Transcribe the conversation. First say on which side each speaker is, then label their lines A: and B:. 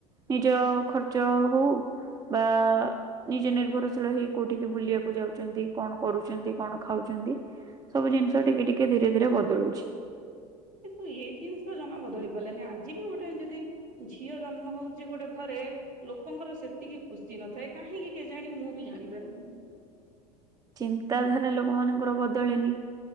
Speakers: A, on the right; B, on the right.
A: ନିଜ ଖର୍ଚ୍ଚ ହଉ ବା ନିଜେ ନିର୍ଭରଶୀଳ ହେଇ କୋଉଠିକି ବୁଲିବାକୁ ଯାଉଛନ୍ତି କଣ କରୁଛନ୍ତି। କଣ ଖାଉଛନ୍ତି ସବୁ ଜିନିଷ ଟିକେ ଟିକେ ଧୀରେ ଧୀରେ ବଦଳୁଛି।
B: କିନ୍ତୁ ଏଇ ଜିନିଷ ଜମା ବଦଳି ପାରିଲାନି ଆଜି ବି ଗୋଟେ ଯଦି ଝିଅ ଜନ୍ମ ହଉଛି ଗୋଟେ ଘରେ ଲୋକଙ୍କର ସେତିକି ଖୁସି ନଥାଏ କାହିଁକି କେଜାଣି ମୁଁ ବି ଜାଣିପାରେନି।
A: ଚିନ୍ତାଧାରା ଲୋକମାନଙ୍କର ବଦଳିନି।